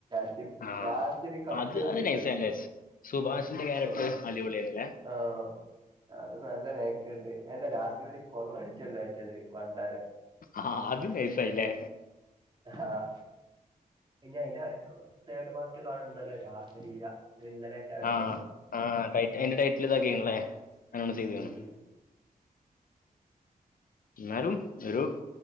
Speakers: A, on the right (about 30°); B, on the left (about 70°).
A: ത്യം.
B: ആഹ്
A: ലാസ്റ്റൊരു കക്ക്ണ
B: അത് അത്
A: സീൻണ്ടല്ലോ
B: നൈസാ നൈസ് സുഭാഷിന്റെ ക്യാരക്ടർ
A: ആഹ്
B: അടിപൊളിയായിരുന്നില്ലേ
A: ആഹ് ആ അത് നല്ല നേക്ക്ണ്ട്. അയ്ന്റെ ലാസ്റ്റിവര് കൊള്ളയടിച്ച്വല്ലോ മറ്റെത് ഭണ്ടാരം
B: ആഹാഹ് അത് നൈസായി ലേ
A: ആഹ് പിന്നെ അയ്ന്റെ തേഡ് പാർട്ട് കാൺണ്ടല്ലോ രാസലീല അത് ഇന്നലെറ്റാണ്
B: ആഹ് ആ ടൈറ്റി അയ്ന്റെ ടൈറ്റിൽ ഇതാക്കിണുല്ലേ അങ്ങനെ ചൈത്ണ്
A: ഉം
B: ന്നാലും ഒരു